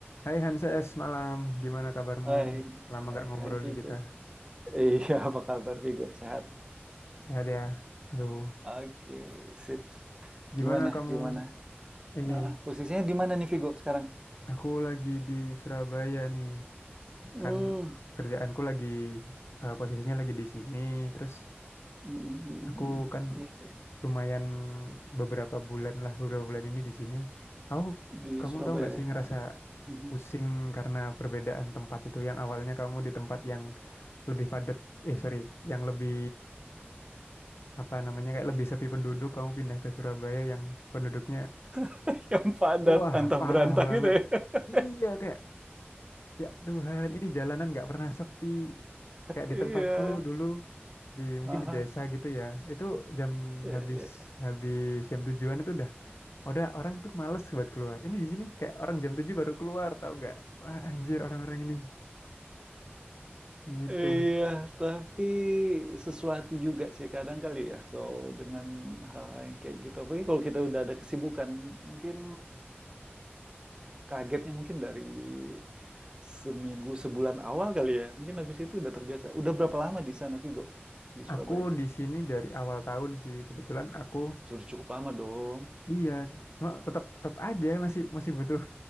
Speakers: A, on the left; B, on the right.
A: Hai Hanses, malam. Gimana kabarmu?
B: Hai,
A: Lama
B: hai,
A: gak ngobrol
B: hai Vigo.
A: nih kita.
B: Iya, <laughs> apa kabar Vigo? Sehat?
A: Sehat ya? Aduh,
B: Oke, sip.
A: gimana
B: Gimana,
A: kamu?
B: gimana?
A: Ini,
B: Ah, ah, posisinya di mana nih Vigo sekarang?
A: aku lagi di Surabaya nih.
B: Hmm,
A: Kan kerjaanku lagi, eh, posisinya lagi di sini. Terus
B: mm, mm, mm,
A: aku
B: mm.
A: kan
B: Iya, iya.
A: lumayan beberapa bulan lah, beberapa bulan ini di sini. Aku,
B: Di
A: kamu
B: Surabaya.
A: tahu nggak sih
B: ya?
A: ngerasa
B: Ah, mhm.
A: pusing karena perbedaan tempat itu. Yang awalnya kamu di tempat yang lebih padat, eh sorry, yang lebih apa namanya kayak lebih sepi penduduk kamu pindah ke Surabaya yang penduduknya
B: <laughs> Yang padat,
A: wah
B: antah
A: parah
B: berantah
A: banget
B: gitu ya. <laughs>
A: iya kayak ya Tuhan ini jalanan nggak pernah sepi kayak
B: Iya.
A: di tempatku dulu di mungkin
B: Aha.
A: di desa gitu ya itu jam
B: Iya,
A: habis
B: iya.
A: habis jam tujuan itu udah udah orang tuh males buat keluar ini di sini kayak orang jam 7 baru keluar tahu nggak wah anjir orang-orang ini gitu
B: Iya, tapi sesuatu juga sih kadang kali ya kalau dengan hal-hal yang kayak gitu. Apalagi kalau kita udah ada kesibukan, mungkin Kagetnya mungkin dari seminggu, sebulan awal kali ya. Mungkin habis itu udah terbiasa. Udah berapa lama di sana, Vigo? Di Surabaya?
A: aku di sini dari awal tahun sih kebetulan aku
B: Sudah cukup lama dong.
A: iya cuma tetap tetap aja masih masih butuh